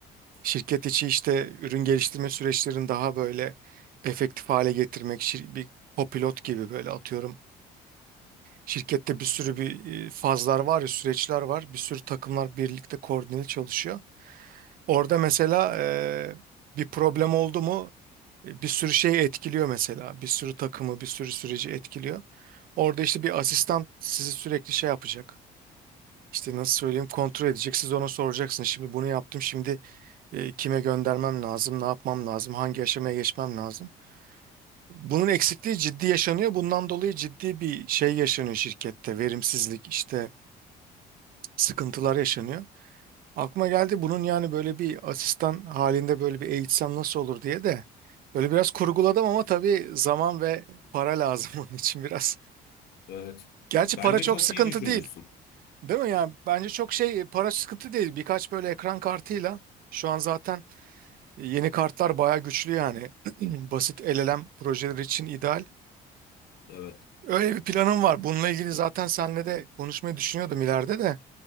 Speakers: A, on the right; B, on the left.
A: Şirket içi işte ürün geliştirme süreçlerini daha böyle efektif hale getirmek, şir- bir kopilot gibi böyle atıyorum. Şirkette bir sürü bir e, fazlar var ya süreçler var. Bir sürü takımlar birlikte koordineli çalışıyor. Orada mesela e, bir problem oldu mu e, bir sürü şey etkiliyor mesela. Bir sürü takımı, bir sürü süreci etkiliyor. Orada işte bir asistan sizi sürekli şey yapacak. İşte nasıl söyleyeyim kontrol edecek. Siz ona soracaksınız. Şimdi bunu yaptım. Şimdi e, kime göndermem lazım? Ne yapmam lazım? Hangi aşamaya geçmem lazım? Bunun eksikliği ciddi yaşanıyor. Bundan dolayı ciddi bir şey yaşanıyor şirkette. Verimsizlik işte sıkıntılar yaşanıyor. Aklıma geldi bunun yani böyle bir asistan halinde böyle bir eğitsem nasıl olur diye de böyle biraz kurguladım ama tabii zaman ve para lazım <laughs> onun için biraz.
B: Evet.
A: Gerçi
B: Bence
A: para çok
B: çok
A: sıkıntı
B: iyi düşünmüşsün.
A: değil. Değil mi yani bence çok şey e, para sıkıntı değil birkaç böyle ekran kartıyla şu an zaten e, yeni kartlar bayağı güçlü yani <clears throat> basit LLM projeleri için ideal.
B: Evet.
A: Öyle bir planım var bununla ilgili zaten seninle de konuşmayı düşünüyordum ileride de